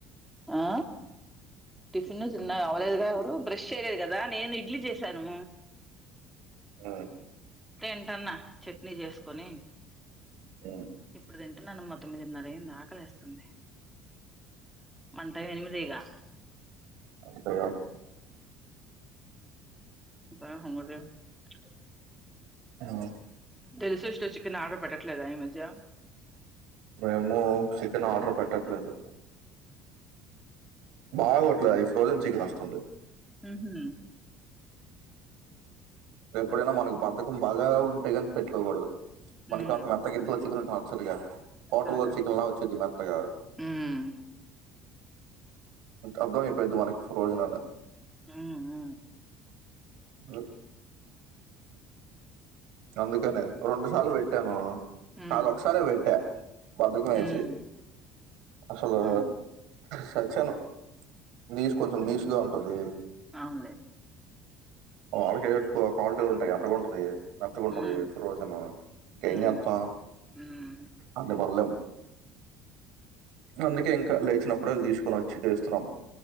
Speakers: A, in the centre; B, on the right.
A: ఆ టిఫిన్ చిన్న అవ్వలేదుగా ఎవరు బ్రష్ చేయలేదు కదా నేను ఇడ్లీ చేశాను
B: అ
A: తింటానా చట్నీ చేసుకొని
B: ఉమ్.
A: ఇప్పుడు తింటున్నాను మా తొమ్మిదిన్నర అయింది ఆకలి వస్తుంది మంటవి ఎనిమిదిగా
B: <unintelligible>
A: <unintelligible>
B: ఉమ్.
A: తెలిసు ఇష్టో చికన్ ఆడ పెట్టట్లేదా ఈ మధ్య
B: మేము చికెన్ ఆర్డర్ పెట్టట్లేదు బాగట్లే అది ఫ్రోజన్ చికెన్ వస్తుంది
A: హు
B: రేప్పుడైనా
A: ఓకే
B: మనకు బంతకం బాగా ఉంటే కాని పెట్టుకోకూడదు మనకి
A: ఉమ్
B: అంత మెత్త గట్లో చిక్కు ఉంటు వచ్చదిగా పాట
A: చద
B: లో చికెన్ లా వచ్చేది మెత్తగా
A: ఉమ్
B: అబ్దామపదు అనే ప్రోజనే
A: హు హు
B: ఆ అందుకనే రెండు సార్లు పెట్టాను
A: ఉమ్
B: కాదు ఒకసారి పెట్టా బతుకమించిసలు
A: ఉమ్ ఉమ్
B: సచ్చను నీచ కొంచెం
A: ఉహు
B: నీచగా ఉంటుది
A: అవునులే
B: వాళ్ళకి ఎక్కువ క్వాలిటీ ఉంటాయి కాల్టుగా ఉంటుది మెతుకుంటుంది
A: ఉమ్
B: రోజును ఇంకేం
A: ఉమ్
B: చేస్తాం
A: ఉమ్
B: అన్ని బళ్లేం అందుకే ఇంకా లేచినప్పుడు వెళ్ళు తీసుకొని వచ్చి చేస్తున్నాం